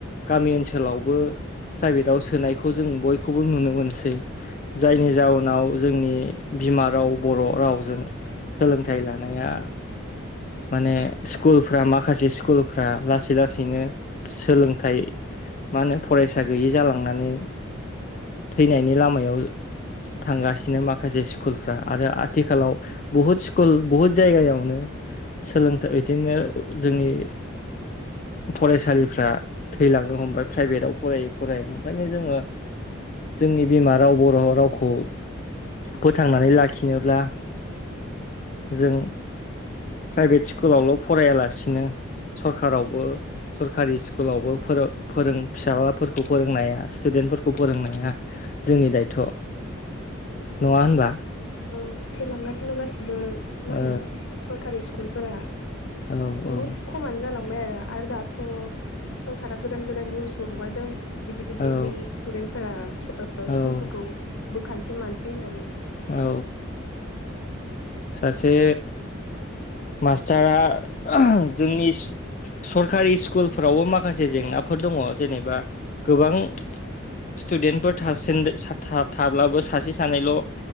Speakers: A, on the left (about 40°); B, on the left (about 80°).
A: गामि ओनसोलावबो प्राइभेटआव सोनायखौ जों बयखौबो नुनो मोनसै जायनि
B: उम
A: जाउनाव जोंनि बिमा राव बर' रावजों सोलोंथाइ लानाया माने स्कुलफ्रा माखासे स्कुलफ्रा लासै लासैनो सोलोंथाइ मा होनो फरायसा गैयि जालांनानै थैनायनि लामायाव थांगासिनो नो माखासे स्कुलफ्रा आरो आथिखालाव बुहुद स्कुल बुहुद जायगायावनो सोलोंथाइ बिदिनो जोंनि फरायसालिफ्रा थैलांनो हमबाय प्राइभेटआव फरायै फरायै ओंखायनो जोङो जोंनि बिमा राव बर' रावखौ फोथांनानै लाखिनोब्ला जों प्राइभेट स्कुलावल' फरायालासिनो सरखारावबो सरकारि स्कुलावबो फोर फोरों फिसााजलाफोरखौ फोरोंनाया स्टुदेन स्तुडेन फोरफोरखौ फोरोंनाया जोंनि दायथ'
B: <inaudible> औ
A: नङा होनबा
B: औ थैलांगासिनो दं गासिबो मा
A: औ
B: होनो सरखारि स्कुल फोर
A: औ
B: बुहुत
A: औ
B: खमानो जालांबाय आरो आरो दाथ' सारा गोदान गोदान निउसबो हगारदों बिदि बिदि
A: औ
B: गैयि स्टुडेन्टफोरा
A: औ
B: स्कुलफोरखौ बुरखानोसै मानोसै होननानै
A: औ सासे मास्टारा जोंनि सरकारि स्कुलफोरावबो माखासे जेंनाफोर दं दङ जेनेबा गोबां स्टुडेन्टफोरासे थाब्लाबो सासे सानैल'